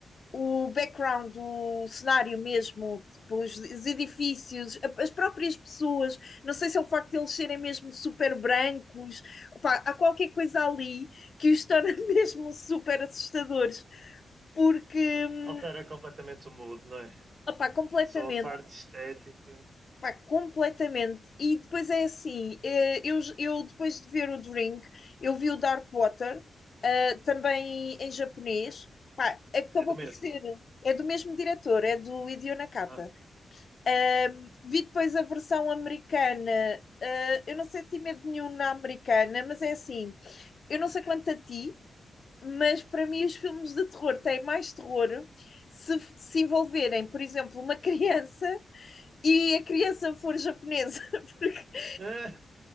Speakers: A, on the left; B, on the right.
A: o background, o cenário mesmo, tipo, os, os edifícios, a- as próprias pessoas, não sei se é o facto de eles serem mesmo super brancos, opá, há qualquer coisa ali que os torna <laughs> mesmo super assustadores, porque,
B: Pois.
A: hum,
B: Altera completamente o mood, não é?
A: opá, completamente.
B: Só a parte estética.
A: Pá, completamente. E depois é assim, eh, eu, eu depois de ver o Drink, eu vi o Dark Water, ah, também em japonês.
B: É,
A: Pá, acabou
B: É do mesmo.
A: por ser, é do mesmo diretor, é do Hideo Nakata.
B: Ah,
A: Um, vi depois a versão americana. Uh, eu não senti medo nenhum na americana, mas é assim, eu
B: hum.
A: não sei quanto a ti, mas para mim os filmes de terror têm mais terror se, se envolverem, por exemplo, uma criança e a criança for japonesa, <laughs> porque
B: Ah,